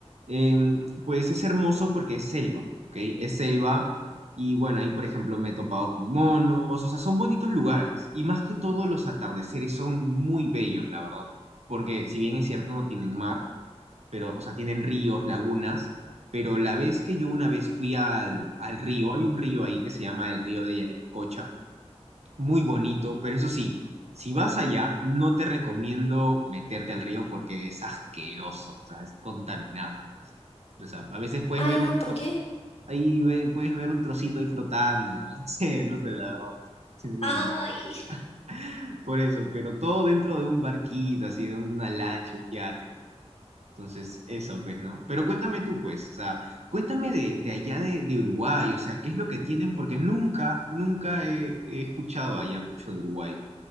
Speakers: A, on the right (about 70°); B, on the left (about 65°).
A: Em, pues es hermoso porque es selva, ¿ok? Es selva y bueno, ahí por ejemplo me he topado con monos, o sea, son bonitos lugares y más que todo los atardeceres son muy bellos, la verdad, porque si bien es cierto no tienen mar, pero, o sea, tienen ríos, lagunas, pero la vez que yo una vez fui al, al río, hay un río ahí que se llama el río de Yarinacocha, muy bonito, pero eso sí, si vas allá, no te recomiendo meterte al río porque es asqueroso, o sea, es contaminado. O sea, o sea, a veces
B: <laughs>
A: puedes
B: Ay,
A: ver
B: no,
A: un
B: ¿por
A: trozo,
B: qué?
A: ahí ve- puedes ver un trocito ahí flotando, <laughs> sí, no sé, la verdad. sí, sí,
B: Ay.
A: sí. <laughs> Por eso, pero todo dentro de un barquito, así, de una lancha, un yate, ¿no? Entonces, eso, pues, ¿no? Pero cuéntame tú, pues, o sea, cuéntame de, de allá de, de Uruguay, o sea, ¿qué es lo que tienen? Porque nunca, nunca he he escuchado allá mucho de Uruguay